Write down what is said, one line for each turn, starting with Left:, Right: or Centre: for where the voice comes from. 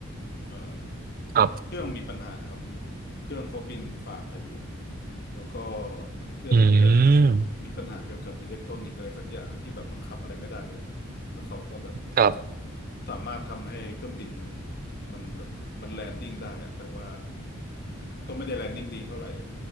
Left: เอ่อ
Right: ครับ
Left: เหมือนเครื่องมีปัญหาครับเครื่องเขาบินฝ่าพายุแล้วก็เหมือนเครื่องมันจะ
Right: อืม
Left: มีปัญหาเกี่ยวกับอิเล็กทรอนิกส์อะไรสักอย่างที่แบบบังคับอะไรไม่ได้เลย แล้วเขาก็แบบ
Right: ครับ
Left: สามารถทำให้เครื่องบินมันมันแบบมันแลนดิ้งได้อะแต่ว่าก็ไม่ได้แลนดิ้งดีเท่าไหร่